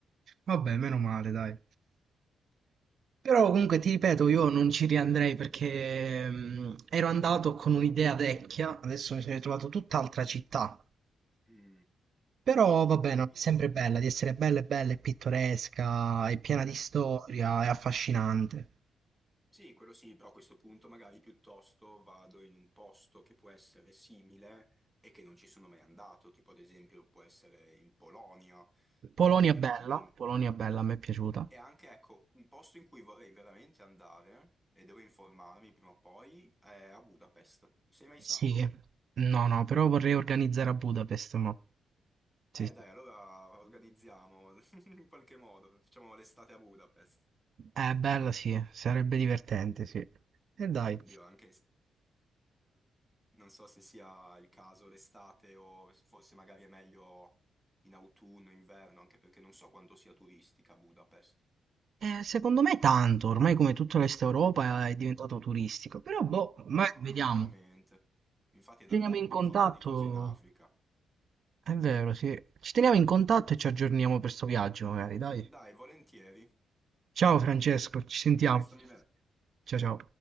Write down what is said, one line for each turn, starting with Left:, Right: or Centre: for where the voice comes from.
Right: Vabbè, meno male, dai. Però comunque ti ripeto, io non ci riandrei perché mm, ero andato con un'idea vecchia, adesso mi sono ritrovato tutt'altra città.
Centre: Mm,
Right: Però va bene,
Centre: capito.
Right: è sempre bella, di essere bella e bella e pittoresca, e piena di storia, è affascinante.
Centre: Sì, quello sì, però a questo punto magari piuttosto vado in un posto che può essere simile e che non ci sono mai andato, tipo ad esempio può essere in Polonia,
Right: Polonia
Centre: che
Right: bella,
Centre: più o meno...
Right: Polonia bella, a me è piaciuta.
Centre: E anche, ecco, un posto in cui vorrei veramente andare, e devo informarmi prima o poi, è a Budapest. Sei mai
Right: Sì,
Centre: stato?
Right: no, no, però vorrei organizzare a Budapest, ma... Sì,
Centre: Eh
Right: sì.
Centre: dai, allora organizziamo <laughs> in qualche modo, facciamo l'estate a Budapest.
Right: È bella, sì, sarebbe divertente, sì. E dai.
Centre: Dio, anche... Non so se sia il caso l'estate o se forse magari è meglio in autunno, inverno, anche perché non so quanto sia turistica Budapest.
Right: Eh, secondo me tanto, ormai come tutta l'Est Europa è diventato turistico, però boh, ma
Centre: No,
Right: vediamo.
Centre: veramente. Infatti è
Right: Ci
Centre: da
Right: teniamo
Centre: andare
Right: in
Centre: per
Right: contatto,
Centre: forza di cose in Africa.
Right: è vero, sì. Ci teniamo in contatto e ci aggiorniamo per sto viaggio, magari, dai.
Centre: Dai, volentieri.
Right: Ciao Francesco, ci sentiamo.
Centre: Ciao, stammi bene.
Right: Ciao ciao.